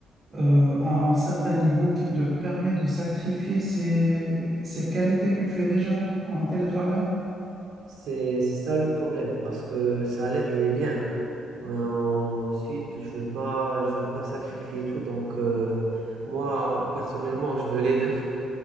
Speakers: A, on the right (about 40°); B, on the right (about 85°).
A: euh, à un certain niveau qui te permet de sacrifier ces, ces qualités que tu as déjà en télétravail?
B: C'est c'est ça le problème, parce que le salaire, il est bien. Mais ensuite, je veux pas, je veux pas sacrifier tout. Donc, euh, moi, personnellement, je veux les deux.